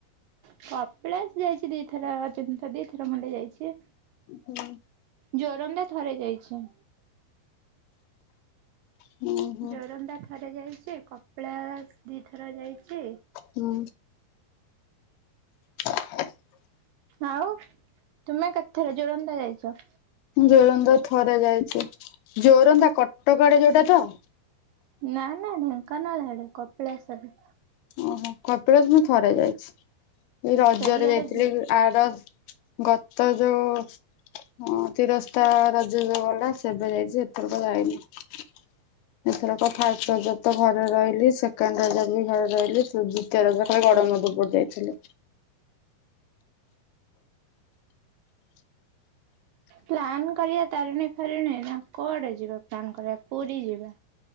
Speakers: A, on the right; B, on the left.
A: କପିଳାସ ଯାଇଛି ଦିଥର, ତିନିଥର, ଦିଥର ଖଣ୍ଡେ ଯାଇଛି।
B: ହୁଁ
A: ଯୋରନ୍ଦା ଥରେ ଯାଇଛି।
B: ହୁଁ ହୁଁ।
A: ଜୋରନ୍ଦା ଥରେ ଯାଇଛି। କପଳାସ ଦି ଥର ଯାଇଛି।
B: ହୁଁ <inaudible>
A: ଆଉ, ତୁମେ କେତେଥର ଜୋରନ୍ଦା ଯାଇଛ?
B: ଜୋରନ୍ଦା ଥରେ ଯାଇଛି ଜୋରନ୍ଦା କଟକ ଆଡ଼େ ଯୋଉଟା ତ।
A: ନା ନା ଢେଙ୍କାନାଳ ଆଡେ କପିଳାସ ଆଡ଼େ।
B: ଓହୋ କପିଳାସ ମୁଁ ଥରେ ଯାଇଛି ଏଇ ରଜରେ
A: ସେଇଆଡେ
B: ଯାଇଥିଲି
A: ଯା
B: ଆର? ଗତ ଯୋଉ। ହଁ ତିରସ୍ତା ରଜ ଯୋଉ ଗଲା ସେବେ ଯାଇଛି ଏବେ ତ ଯାଇନି। ଏଥର କ ଫଷ୍ଟ ରଜରେ ତ ଘରେ ରହିଲି ସେକେଣ୍ଡ ରଜରେ ବି ଘରେ। ରହିଲି ଦିତୀୟ ରଜରେ ଗଡମଧୁପୁର ଯାଇଥିଲି। <unintelligible>
A: ପ୍ଲାନ୍ କରିବା ତାରିଣୀ ଫାରିଣୀ ନା କୁଆଡେ ଯିବା ପ୍ଲାନ୍ କରିବା ପୁରୀ ଯିବା।